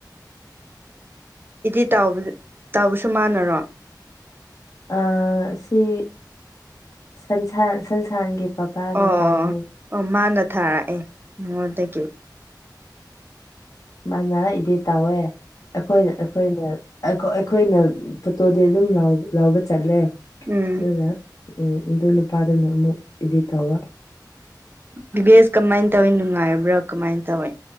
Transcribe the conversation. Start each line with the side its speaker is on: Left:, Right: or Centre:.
Right: ꯏꯗꯤꯠ ꯇꯧꯕꯁꯨ ꯃꯥꯟꯅꯔꯣ
Left: ꯑ ꯁꯤ ꯁꯟꯁꯥ ꯁꯟꯁꯥꯟꯒꯤ ꯃꯕꯥꯅ
Right: ꯑꯣ ꯑꯣ
Left: ꯇꯥꯎꯕꯅꯦ
Right: ꯑꯣ ꯃꯥꯅ ꯊꯥꯔꯛꯑꯦ ꯃꯉꯣꯟꯗꯒꯤ
Left: ꯃꯥꯅ ꯏꯗꯤꯠ ꯇꯧꯋꯦ ꯑꯩꯈꯣꯏꯅ ꯑꯩꯈꯣꯏꯅ ꯑꯈꯣꯢ ꯑꯈꯣꯏꯅ ꯐꯣꯇꯣꯗꯤ ꯑꯗꯨꯝ ꯂꯧꯕ ꯆꯠꯂꯦ
Right: ꯎꯝ
Left: ꯑꯗꯨꯅ ꯎꯝ ꯑꯗꯨ ꯅꯨꯄꯥꯗꯨꯅ ꯑꯃꯨꯛ ꯏꯗꯤꯠ ꯇꯧꯒ
Right: ꯕꯤꯚꯦꯁ ꯀꯃꯥꯏꯅ ꯇꯧꯏꯤ ꯅꯨꯡꯉꯥꯏꯕ꯭ꯔꯥ ꯀꯃꯥꯏꯅ ꯇꯧꯏ